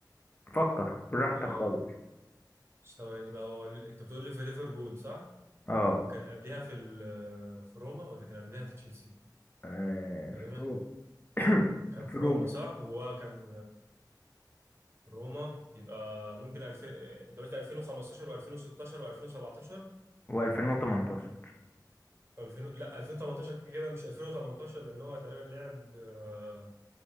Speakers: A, on the left; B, on the right.
A: فكر براحتك
B: اه
A: خالص
B: ثواني بقى هو ال- انت بتقول لي في ليفربول صح؟
A: اه
B: وكان قبلها في ال- في روما ولا كان قبلها في تشيلسي؟
A: آه،
B: تقريبا
A: في روما <coughs>
B: كان في
A: في روما
B: روما صح؟ هو كان روما يبقى ممكن الف... انت قلت 2015 و2016 و2017
A: و2018
B: 2000 لا 2018 كده كده مش 2018 لان هو تقريبا لعب آه،